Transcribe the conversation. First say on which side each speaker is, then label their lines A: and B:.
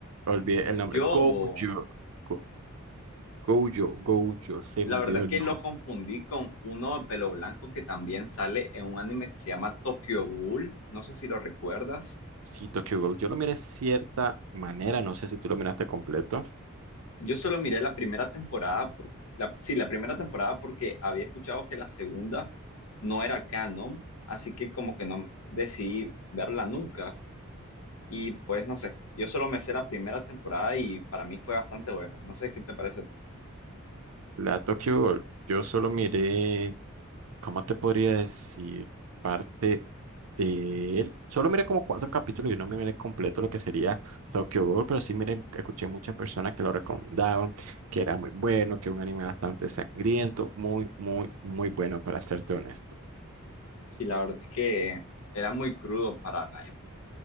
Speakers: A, on the right; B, on the left.
A: olvidé el nombre.
B: Yogo,
A: Gojo, Go- Gojo, Gojo, se
B: la
A: me olvidó
B: verdad es
A: el
B: que
A: nombre.
B: lo confundí con uno de pelo blanco que también sale en un anime que se llama Tokyo Ghoul. No sé si lo recuerdas.
A: Sí, Tokyo Ghoul, yo lo miré cierta manera, no sé si tú lo miraste completo.
B: Yo solo miré la primera temporada, por- la, sí, la primera temporada porque había escuchado que la segunda no era canon, así que como que no decidí verla nunca y pues no sé, yo solo me sé la primera temporada y para mí fue bastante buena. No sé qué te parece. a ti.
A: La Tokyo Ghoul, yo solo miré, ¿cómo te podría decir? Parte de él. Solo miré como cuatro capítulos y no me miré completo lo que sería Tokyo Ghoul, pero sí miré, escuché muchas personas que lo recomendaban, que era muy bueno, que era un anime bastante sangriento, muy, muy, muy bueno, para serte honesto.
B: Sí, la verdad es que era muy crudo para la época.